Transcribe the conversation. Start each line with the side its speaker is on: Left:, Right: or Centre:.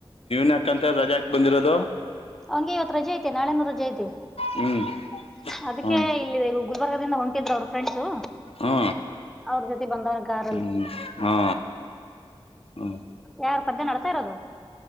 Left: ಯಕಂತ ರಜಾಕ್ ಬಂದಿರೋದು
Centre: ಅವನ್ಗೆ ಇವತ್ತು ರಜೆ ಐತೆ ನಾಳೆ ನೂರು ರಜೆ ಐತೆ
Left: ಹ್ಮ್
Centre: ಅದಕ್ಕೆ
Left: ಹ್ಮ್
Centre: ಇಲ್ಲಿದೆ ಗುಲ್ಬರ್ಗ ಹೊಂಟಿದ್ರು ಅವ್ರ ಫ್ರೆಂಡ್ಸು
Left: ಹಾ
Centre: ಅವ್ರ ಜೊತೆ ಬಂದವನ ಗಾರಲ್ಲಿ
Left: ಹ್ಮ್ ಹಾ ಹ್ಮ್
Centre: ಯಾರು ಪದ್ಯ ನಡ್ತಾ ಇರೋದು